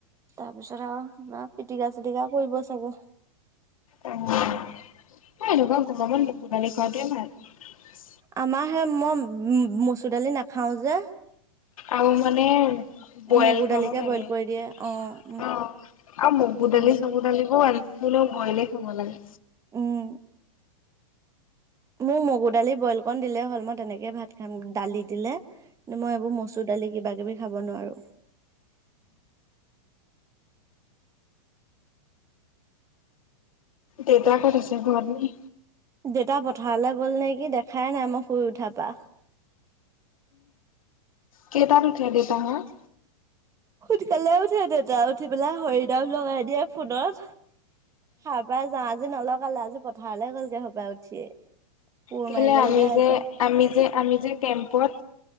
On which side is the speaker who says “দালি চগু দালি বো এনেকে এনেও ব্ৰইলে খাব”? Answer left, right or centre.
Left